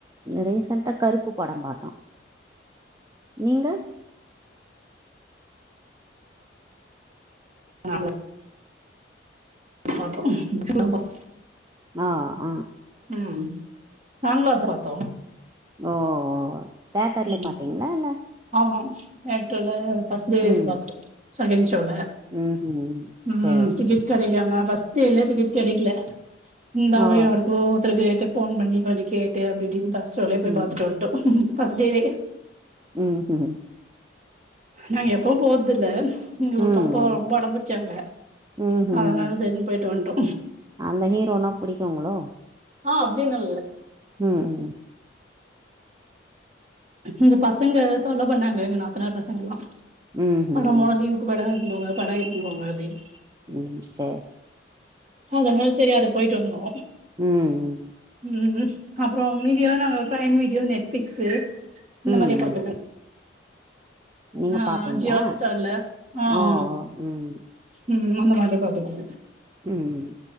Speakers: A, on the right (about 20°); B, on the right (about 40°).
A: ரீசண்டடா கருப்பு படோ பாத்தோ நீங்க
B: நாங்க பாத்தோ எல்லா பாத்தோ
A: அ அ
B: ம் நாங்ளு அத பாத்தோ
A: ஓ ஓ தேட்டர்லே
B: ம்
A: பாத்திங்ளா இல்ல
B: ஆமா தேட்டர்ல பஸ் டேவே
A: ம்
B: போய் பாத்துடோ செகன்ட்சோல
A: ம்ஹ்ம்
B: ம்
A: சரி
B: ம் டிக்கெட்
A: சரி
B: கெடைக்காம பஸ் டேல டிக்கெட் கெடைக்ல இந்தாலு
A: ஓ
B: யாருக்கோ ஒருத்தருக்கு ஃபோன் பண்ணி கொஞ்சோ கேட்டு அப்டி இப்டின்னு ஃபஸ்டு ரோவே போய்
A: ம்
B: பாத்துட்டு வந்துட்டோ ஃபஸ்டேவே
A: ம்
B: நா எப்போவு போரதுல்ல இங்க ஒரு
A: ம்
B: பாப்ப ரொம்ப அடம்புட்ச்சாங்க
A: ம்ஹ்ம்
B: அதனால சேரினு பொய்ட்டு வன்ட்டோ
A: அந்த ஹீரோனா புடிக்குங்களோ
B: அ அப்பிடின்னல்லா இல்ல
A: ம் ம்
B: இங்க பசங்க தொல்ல பண்ணாங்க எங்க நாத்தனார் பசங்கல்லா
A: ம்ஹ்ம்
B: படமோ லீவ் க்கு படோ இட்டுபோங்க படோ இட்னுபோங்க அப்டின்
A: ம் சேர்
B: அதனால சேரி அது பொய்ட்டு வந்தோ
A: ம்
B: ம் அப்றோ மீதியல்லா நாங்க ஃபிரைம் வீடியோ நெட் ஃப்ளிக்ஸு இந்த
A: ம்
B: மாரியே
A: ம்
B: பாத்துப்போ
A: நீங்க
B: ஆ அ
A: பாப்பீங்களா
B: அ ஜியோ ஹாட்ஸ்டார்ல அ
A: ஓ
B: அ
A: ம்
B: ம் அந்த மாரியே பாத்துக்கோ
A: ம்